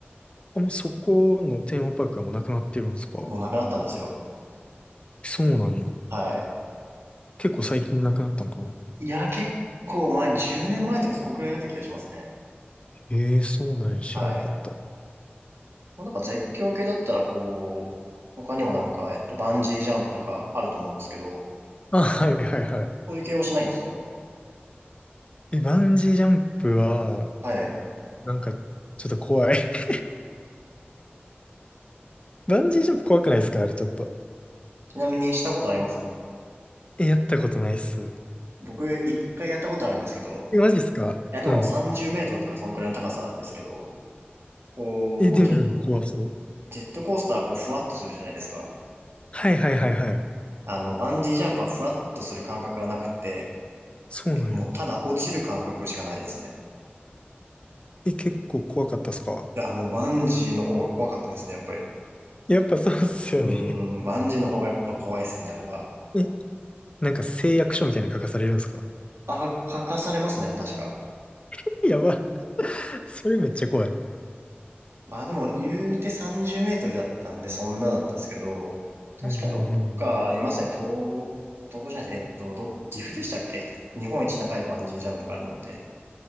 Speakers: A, on the left; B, on the right.
A: あ、もうそこのテーマパークはもうなくなってるんですか
B: もうなくなったんですよ。
A: そうなんや。
B: はい。
A: 結構最近なくなったんかな
B: いや、結構前、10年前とかそんくらいだった気がしますね。
A: ええそうなんや。知らんかった。
B: はい。まあ、なんか絶叫系だったらこう、他にもなんか、えっと、バンジージャンプとかあると思うんですけど、
A: あ、はいはいは
B: そういう系はしないんですか
A: い。え、バンジージャンプは、
B: はい。
A: なんか、ちょっと怖い。<laughs> バンジージャンプ怖くないですかあれちょっと。
B: ちなみにしたことありますか
A: え、やったことないっす。
B: 僕、一回やったことあるんですけど、
A: え、マジっすかうん。
B: いや、でも30メートルとかそんくらいの高さですけど、こう、
A: え、でも怖そう。
B: ジェ、ジェットコースターはこう、ふわっとするじゃないですか。
A: はいはいはいはい。
B: あの、バンジージャンプはふわっとする感覚はなくって、
A: そうなんや。
B: もうただ落ちる感覚しかないですね。
A: え、結構怖かったっすか
B: いや、もうバンジーの方が怖かったですね、やっぱり。
A: やっぱそうっすよね。
B: うーん、バンジーの方がやっぱ怖いですね、あれは。
A: <laughs> え、なんか誓約書みたいに書かされるんですか
B: あ、か、かかされますね、あれ確か。
A: <laughs> やば。<laughs> それめっちゃ怖い。
B: まあでも、言うて30メートルだったんで、そんなだったんですけど、確かどっかありますね、
A: うんうんうん
B: 東、東北じゃないです、えっと、ど、岐阜でしたっけ日本一高いバンジージャンプがあるのって。